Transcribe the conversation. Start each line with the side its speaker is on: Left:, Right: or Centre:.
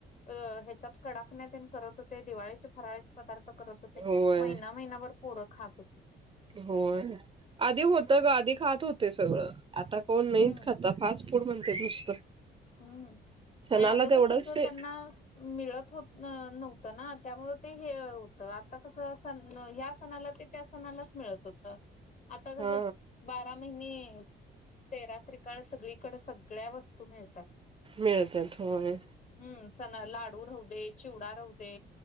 Left: अ ह्याच्यात कडाकण्या तेन करत होते दिवाळीचे फराळचे पदार्थ करत होते.
Right: होय
Left: महिना महिनाभर पोर खातं होते.
Right: होय आधी होत ग आधी खात होते सगळं आता कोण
Left: हम्म
Right: नाहीत खाता फास्ट फूड म्हणतेत नुसतं.
Left: हम्म
Right: सणाला
Left: आणि अगोदर
Right: तेवढंच
Left: कसं
Right: ते
Left: त्यांना मिळत होत न नव्हतं ना त्यामुळे ते हे होतं आता कसं सण ह्या सणाला ते त्या सणालाच मिळत होत. त आता
Right: हा
Left: कसं बारा महिने तेरा त्रिकाळ सगळीकडे सगळ्या वस्तू मिळतात.
Right: मिळत्यात होय.
Left: हम्म सणा लाडू राह दे, चिवडा राह दे